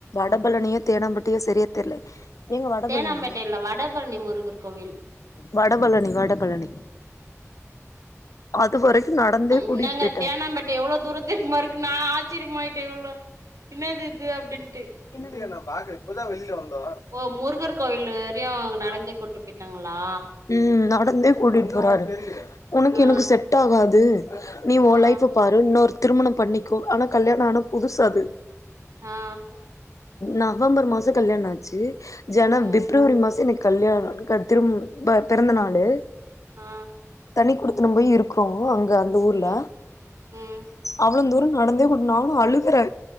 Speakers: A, on the left (about 80°); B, on the right (about 80°).
A: வடபழனியோ தேனாபேட்டாயோ சரிய தெர்ல ஏங்க வடபழனி
B: தேனாம்பேட்டையில்ல வடபழனி முருகர் கோவில்
A: வடபழனி வடபழனி அது வரைக்கு நடந்தே கூட்டிட்டு
B: ன்னாங்க
A: போயிட்டாரு
B: தேனாம்பேட் எவ்ளோ தூரோ தெரியுமா இருக்கு நா ஆச்சிரியமாயிட்டு எவ்ளோ என்னாதிது அப்டின்ட்டு
A: பின்னடியா நா ‌பாக்கல இப்பதா வெளில வந்தோ
B: ஓ முருகர் கோவில் வரையு நடந்தே கூட்டு போயிட்டாங்களா
A: ம் நடந்தே கூட்டிட்டு போறாரு உனுக்கு
B: ஆ
A: எனுக்கு செட் டாகாது நீ ஒ
B: ஆ
A: லைஃப் பாரு இன்னொரு திருமணம் பண்ணிக்கோ ஆனா கல்யாண ஆனா புதுசு அது
B: ஆ
A: நவம்பர் மாசோ கல்யாணோ ஆச்சு‌ ஜன
B: ம்
A: பிப்ரவரி மாச எனுக் கல்யாண க திரும்ப பிறந்த நாளு
B: ஆ
A: தனி குடுத்தனம் போய் இருக்கறோ அங்க அந்த ஊர்ல
B: ம் ம்
A: அவ்ளவு தூரம் நடந்தே கூட்டுன் நானும் அழுகுறே